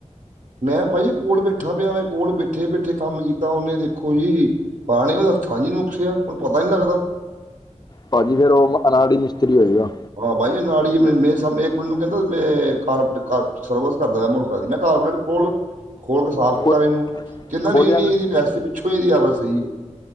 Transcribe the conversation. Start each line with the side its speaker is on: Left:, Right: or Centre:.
Right: ਮੈਂ ਭ ਜੀ ਕੋਲ ਬੈਠਾ ਪਿਆੇ ਕੋਲ ਬੈਠੇ ਬੈਠੇ ਕੰਮ ਕੀਤਾ ਉਹਨੇ ਦੇਖੋ ਜੀ। ਪਾਣੀ ਉਹਦੇ ਹੱਥਾਂ ਹੀ ਨੁਕਸਿਆ ਹੁਣ ਪਤਾ ਨੀ ਲੱਗਦਾ।
Left: ਭਾਜੀ ਫੇਰ ਉਹ ਅਨਾੜੀ ਮਿਸਤਰੀ ਹੋਏਗਾ।
Right: ਹਾਂ ਬਾਈ ਨਾਲ ਹੀ ਮ ਮੈਨੂੰ ਕਹਿੰਦਾ ਮੈਂ ਘਰ ਸਰਵਿਸ ਕਰਦਾ ਹੋ ਮੋਟਰਸਾਈਕ ਦੀ ਮੈਂ ਕਾਰਪੋਰੇਟ ਕੋਲ ਖੋਰਕ ਸਾਫ਼
Left: ਖੋ
Right: ਕਰ ਇਹਨੂੰ ਕਹਿੰਦਾ
Left: ਖੋਲਿਆ
Right: ਨਹੀਂ ਨਹੀਂ
Left: ਨੀ
Right: ਇਹਦੀ ਵੈਸੇ ਪਿੱਛੋਂ ਇਹਦੀ ਆਵਾਜ਼ ਸਹੀ ਹੈ।